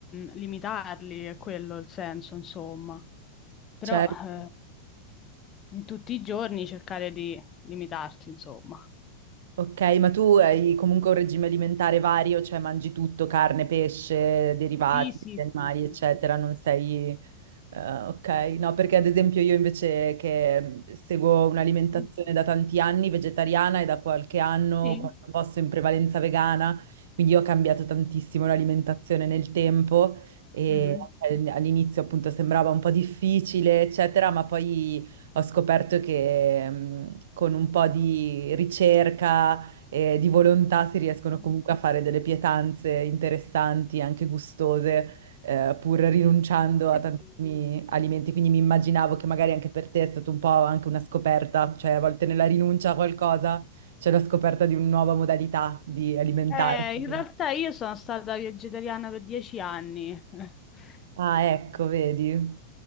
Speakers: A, on the left; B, on the right.
A: limitarli è quello il senso, insomma, però
B: Certo.
A: eh, in tutti i giorni cercare di limitarsi, insomma.
B: Ok, ma tu hai comunque un regime alimentare vario, cioè mangi tutto, carne, pesce, derivati,
A: Sì, sì,
B: gli animali,
A: sì,
B: eccetera,
A: sì.
B: non sei... eh, ok, no, perché ad esempio io invece che mm, seguo un'alimentazione
A: sì. Mm,
B: da tanti anni vegetariana e da qualche anno,
A: sì.
B: quando posso, in prevalenza vegana, quindi ho cambiato tantissimo l'alimentazione nel tempo e
A: Mhm.
B: anche all'inizio appunto sembrava un po' difficile, eccetera, ma poi... Ho scoperto che mh, con un po' di ricerca e di volontà si riescono
A: Ah,
B: comunque a fare delle pietanze interessanti, anche gustose, eh, pur rinunciando
A: Sì,
B: a tantissimi
A: sì.
B: alimenti. Quindi mi immaginavo che magari anche per te è stata un po' anche una scoperta, cioè a volte nella rinuncia a qualcosa c'è la scoperta di una nuova modalità di alimentarsi.
A: Eh, in realtà io sono stata vegetariana per dieci anni. <laughs>
B: Ah, ecco, vedi.